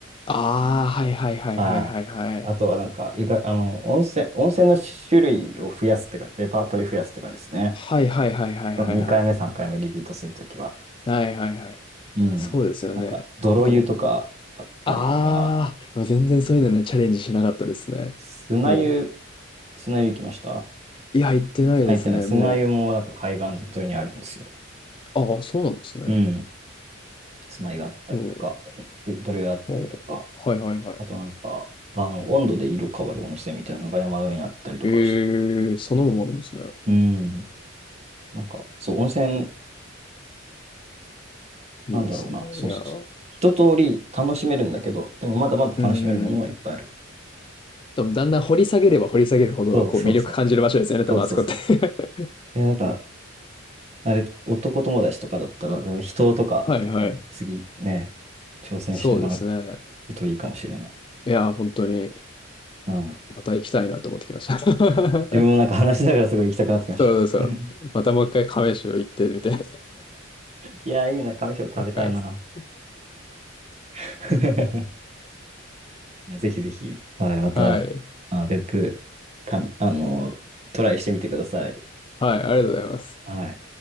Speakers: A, on the left; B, on the right.
A: ああ、はいはいはいはいはいはい。
B: はい。あとはなんか、意外、あの、温泉、温泉の種種類を増やすっていうか、レパートリー増やすっていうかですね。
A: はいはいはいはいはいはい。
B: その2回目、3回目リピートするときは。
A: はいはいはい。
B: うん。
A: そうですよね。
B: なんか、泥湯とかあったりとか、
A: なんかもう、ああ、でも全然そういうのね、チャレンジしなかったですね。
B: 砂湯、
A: も
B: 砂湯行きました
A: う、いや、行ってないですね。
B: 砂湯ってない。砂湯もなんか海岸沿いにあるんですよ。
A: もう、ああ、そうなんですね。
B: うん。砂湯あったりとか、
A: も
B: う泥湯あったりとか。
A: う、もう、はいはいはい。
B: あとなんか、あの、温度で色変わる温泉みたいなのが山の上にあったりとかして。
A: へえ、そのもあるんですね。
B: うん。なんか、そう、温泉、
A: いいですね。
B: なんだろうな。そうそうそう。
A: いやー、
B: 一通り楽しめるんだけど、でもまだまだ楽しめるものはいっぱいある。
A: うん。でもだんだん掘り下げれば掘り下げるほど、
B: そうそうそう。
A: こう、魅力感じる場所ですよね、多分あそこって。
B: そうそうそ
A: <laughs>
B: う。いや、なんか、あれ、男友達とかだったら、人とか、
A: はいはい。
B: 今度次ね、挑戦してもら
A: そうですね。
B: うといいかもしれない。
A: いやー、本当に、
B: うん。
A: また行きたいなと思ってきました。<laughs>
B: 自分もなんか話しながらすごい行きたくなってきました。
A: そうそうそう。
B: <laughs>
A: またもう一回亀州行ってみて。<laughs>
B: いや、いいな、上庄食べたいな。
A: なんかつって
B: <laughs> いやぜひぜひ、はい、また、
A: はい。
B: あ、別府、た、あの、トライしてみてください。
A: はい、ありがとうございます。
B: はい。